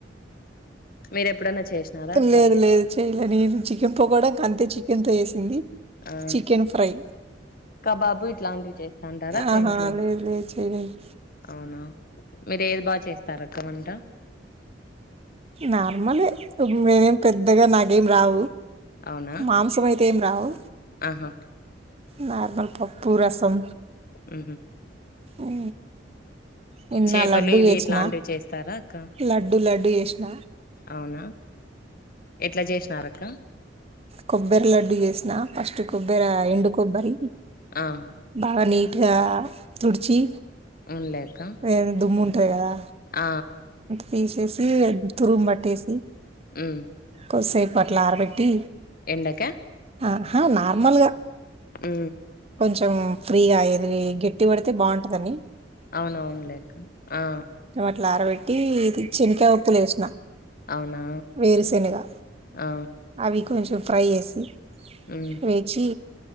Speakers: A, on the left; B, on the right.
A: మీరు ఎప్పుడన్నా చేసినారా అక్క
B: లేదు లేదు చేయలే నేను చికెన్ పకోడాక్ అంతే చికెన్తో వేసింది
A: ఆ
B: చికెన్ ఫ్రై
A: కబాబు ఇట్లాంటివి చేస్తాంటార అక్క
B: ఆహా!
A: ఇంట్లో
B: లేదు లేదు చేయలేదు.
A: అవునా మీరు ఏది బా చేస్తారక్క వంట
B: నార్మలే మేనేం పెద్దగా నాకేం రావు
A: అవునా
B: మాంసమైతే ఏం రావు
A: ఆహా
B: నార్మల్ పూ సం
A: ఉహు
B: అవు నిన్న
A: చేపలు
B: లడ్డూ
A: ఇవి
B: చేసిన
A: ఇట్లాంటివి చేస్తారా అక్క
B: లడ్డుూ లడ్డుూ చేసిన
A: అవునా ఎట్లా చేసినార అక్క
B: కొబ్బరి లడ్డు చేసిన ఫస్ట్ కొబ్బర ఎండు కొబ్బరి
A: ఆ
B: బని ఇకా తుర్చీ
A: అవునులే అక్క
B: ఏ ద ము టేగరా
A: ఆ
B: తీసేసి తురుగుమట్టేసి
A: హ్మ్
B: కొసేపు ఆట్ల ఆర పెట్టి
A: ఎండా క్య
B: ఆహ నార్మల్ గా
A: ఉ
B: కొంచెం ఫ్రీగా యేది గట్టి పడితే బాగుంటుందని
A: అవునవునులే అక్క ఆ
B: ఇట్ల ఆరబెట్టి ఇది చినికాయలు వోప్పులు ఏసిన
A: అవునా
B: వేరుశెనగా
A: ఆ
B: అవి కొంచెం ఫ్రై చేసి
A: హ్మ్
B: వేచి